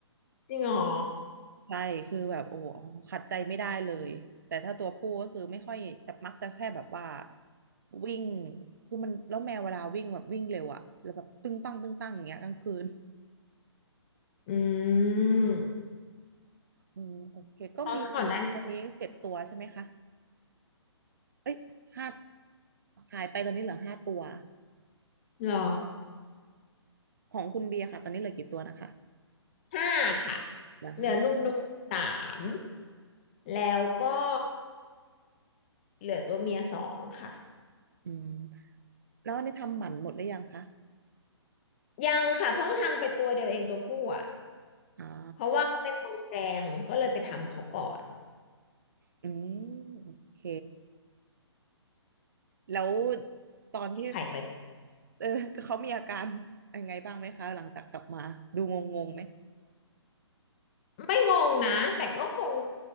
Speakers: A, on the left (about 25°); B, on the right (about 45°).
A: จริงเหรอ
B: ใช่คือแบบโอ้โหขัดใจไม่ได้เลยแต่ถ้าตัวผู้ก็คือไม่ค่อยจะมักจะแค่แบบว่าวิ่งคือมันแล้วแมวเวลาวิ่งแบบวิ่งเร็วอะแล้วแบบตึ้งตั้งตึ้งตั้งอย่างเงี้ยกลางคืน
A: อืม
B: อืมโอเคก็มี
A: เอาซะก่อนได้ไหม
B: ตอนนี้เจ็ดตัวใช่ไหมคะเอ้ยห้าขายไปตอนนี้เหลือห้าตัว
A: เหรอ
B: ของคุณเบียร์ค่ะตอนนี้เหลือกี่ตัวนะคะ
A: ห้าค่ะ
B: เหลือห้า
A: เหลือหนุ่มๆสามแล้วก็เหลือตัวเมียสองค่ะ
B: อืมแล้วอันนี่ทำหมันหมดหรือยังคะ
A: ยังค่ะเพิ่งทำไปตัวเดียวเองตัวผู้อ่ะ
B: อ๋อ
A: เพราะว่าเขาเป็นทองแดงก็เลยไปทำเขาก่อน
B: อืมโอเค แล้วตอนที่
A: ไข่ใบ
B: เออเขามีอาการ <laughs> ยังไงบ้างไหมคะ หลังจากกลับมาดูงงงๆไหม
A: ไม่งงนะแต่ก็คง